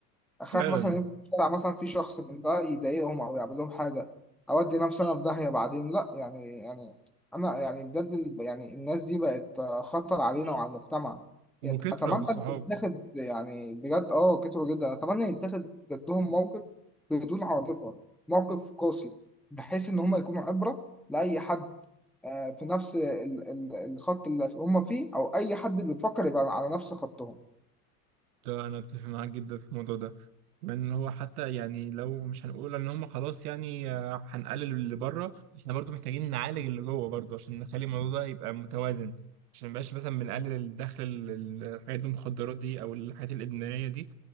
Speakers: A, in the centre; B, on the right.
A: اخاف
B: فعلا
A: مثلا يمشي في الشارع مثلا في شخص من ده يضايقهم او يعمل لهم حاجه اودي نفسي انا في داهيه بعدين لا يعني يعني انا يعني بجد ال- يعني الناس دي بقت خطر علينا وعلى المجتمع
B: وكترة
A: يت- اتمنى
B: بالصحاب
A: ان يتاخد يعني بجد اه كتروا جدا اتمنى يتاخد ضدهم موقف بدون عاطفه موقف قاسي بحيث ان هم يكونوا عبره لاي حد آه، في نفس ال- ال- الخط اللي هم فيه او اي حد بيفكر يبقى على نفس خطهم
B: ده انا اتفق معاك جدا في الموضوع ده من هو حتى يعني لو مش هنقول ان هم خلاص يعني آه، هنقلل اللي بره احنا برضو محتاجين نعالج اللي جوه برضو عشان نخلي الموضوع ده يبقى متوازن عشان مبقاش مثلا بنقلل الدخل ال- الحاجات المخدرات دي او الحاجات الادمانيه دي